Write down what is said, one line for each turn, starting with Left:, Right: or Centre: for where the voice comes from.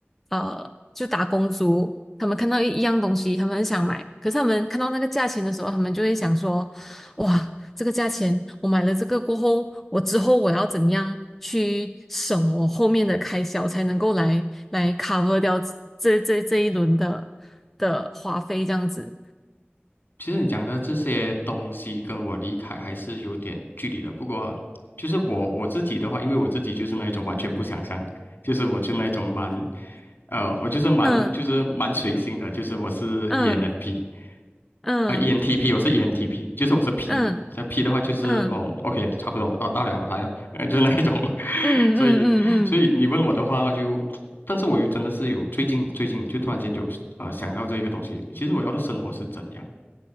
Centre: 呃，就打工族，他们看到一一样东西，他们很想买，可是他们看到那个价钱的时候，他们就会想说，哇。这个价钱，我买了这个过后，我之后我要怎样去省我后面的开销，才能够来来 cover 掉这这这一轮的的花费，这样子。
Left: 其实你讲的这些东西跟我离开还是有点距离的。不过，就是我我自己的话，因为我自己就是那一种完全不想象，就是我就那一种蛮，呃，我就是蛮就是蛮随性的，
Centre: 嗯
Left: 就是我是
Centre: 嗯
Left: ENFP，
Centre: 嗯
Left: 呃，ENTP，我是 ENTP，就是我是 P
Centre: 嗯
Left: 嘛。那 P 的话就是哦，OK，
Centre: 嗯
Left: 差不多哦，到了来了，呃，就是那一种。<laughs>
Centre: 嗯嗯嗯嗯
Left: 所以，所以你问我的话就，但是我有真的是有最近最近就突然间有呃想到这一个东西，其实我要的生活是怎样？